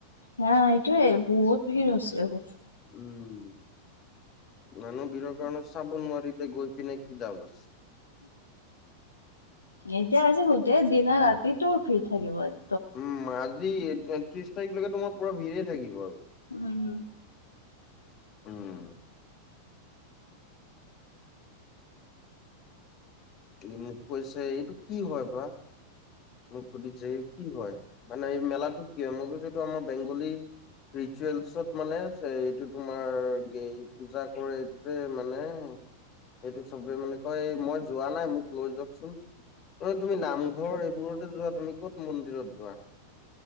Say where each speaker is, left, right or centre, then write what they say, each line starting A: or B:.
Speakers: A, on the left (about 80°); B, on the left (about 30°).
A: হা এইটো বহুত ভিৰ হ হৈছে আকৌ।
B: উম মানুহ ভিৰৰ কাৰণে চাব নোৱাৰি গৈ পিনে কি লাভ আছ
A: এতিয়া আছে গোটেই দিনা ৰাতিটো ভিৰ থাকিব আজ
B: উম আজি ত্ৰিশ তাৰিখলৈকে তোমাৰ পোৰা ভিৰে থাকিব আৰু।
A: উম হম
B: উম। ই মোক কৈছে এইটো কি হয় বা। মোক সুধিছে ই কি হয়। মানে এই মেলাটো কি হয়? মই কৈছোঁ সেইটো আমাৰ বেংগলী ৰিচুৱেলছত মানে এইটো তোমাৰ গ পূজা কৰে এইটোৱে মানে সেইটো চবে মানে কয় এই মই যোৱা নাই মোক লৈ যাওকচোন, ঐ তুমি নামঘৰ এই বোৰতে যোৱা তুমি ক'ত মন্দিৰত যোৱা?